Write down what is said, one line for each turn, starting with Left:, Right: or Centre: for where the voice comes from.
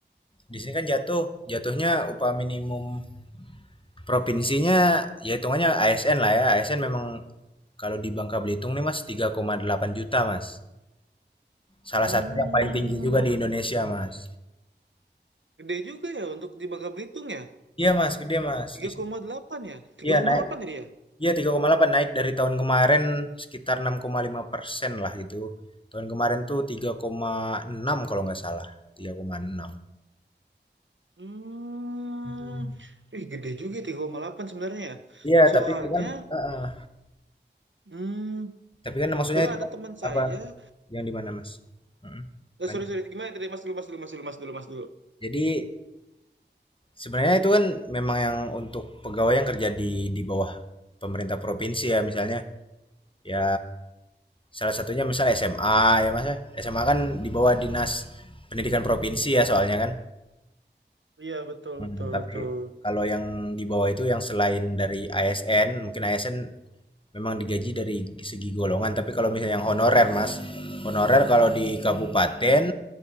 Left: Di sini kan jatuh, jatuhnya upah minimum provinsinya ya hitungannya ASN lah ya. ASN memang kalau di Bangka Belitung nih Mas 3,8 juta Mas. Salah
Right: Hmm,
Left: satu yang paling tinggi juga di Indonesia Mas.
Right: gede juga ya untuk di Bangka Belitung ya.
Left: Iya Mas, gede Mas.
Right: Tiga
Left: Di sini
Right: koma delapan ya? 3,8
Left: iya naik.
Right: tadi ya?
Left: Iya 3,8 naik dari tahun kemarin sekitar 6,5 persen lah gitu. Tahun kemarin tuh 3,6 kalau nggak salah. 3,6.
Right: Hmm,
Left: Hmm.
Right: Ih, gede juga ya tiga koma delapan sebenarnya ya.
Left: Iya,
Right: Soalnya,
Left: tapi itu kan eh, eh.
Right: hmm,
Left: tapi kan maksudnya
Right: soalnya
Left: itu
Right: ada teman saya,
Left: apa Yang di mana, Mas? Mhm.
Right: eh,
Left: Lanjut.
Right: sorry, sorry, gimana tadi? Mas dulu, mas dulu, mas dulu, mas dulu, mas dulu.
Left: Jadi sebenarnya itu kan memang yang untuk pegawai yang kerja di di bawah pemerintah provinsi ya misalnya. Ya salah satunya misal SMA ya, Mas ya. SMA kan di bawah Dinas Pendidikan Provinsi ya soalnya kan.
Right: Iya, betul,
Left: Mhm,
Right: betul,
Left: tapi
Right: betul.
Left: kalau yang di bawah itu yang selain dari ASN, mungkin ASN memang digaji dari segi golongan tapi kalau misalnya yang honorer mas honorer kalau di kabupaten